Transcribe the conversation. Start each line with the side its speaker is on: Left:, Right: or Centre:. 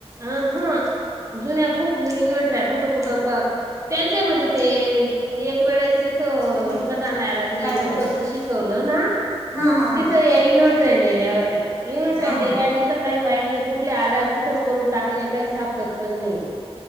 Right: अ हा जुन्या खूप इन्वट ट्र्या कुठ कुठ त्यांच्या म ते एक वेळेस इथं
Left: कुठे?
Right: सटा नला त
Left: पाय बरं
Right: लोकचच
Left: हाय का?
Right: शिकवलं ना
Left: हा हा हा
Right: तिथं या इनव्हर्टऱ्या नेल्या होत्या इनव्हटऱ्या
Left: हा
Right: नेल्या
Left: हा.
Right: तिथं काही बायांनी कुठले आधार कुठेच करून टाकले काही सापडत पण नाही.